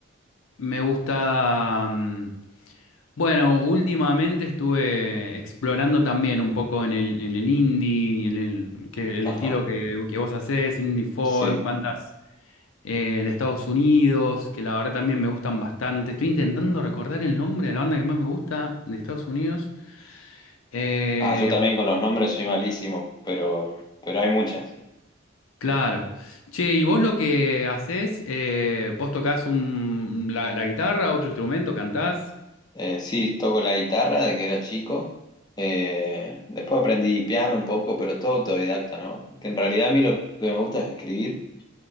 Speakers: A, on the left; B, on the left.
A: me gusta... mm, bueno, últimamente estuve explorando también un poco en el, en el indie, en el, que, el
B: Ajá.
A: estilo que, que vos hacés, indie folk,
B: Sí.
A: bandas eh, de Estados Unidos, que la verdad también me gustan bastante. Estoy intentando recordar el nombre de la banda que más me gusta de Estados Unidos. Eh,
B: Ah, yo también con los nombres soy malísimo, pero, pero hay muchas.
A: claro. Che, ¿y vos lo que hacés, eh, vos tocás un, la, la guitarra, otro instrumento, cantás?
B: Eh, sí, toco la guitarra de que era chico. Eh, después aprendí piano un poco, pero todo autodidacta, ¿no? Que en realidad a mí lo que me gusta es escribir.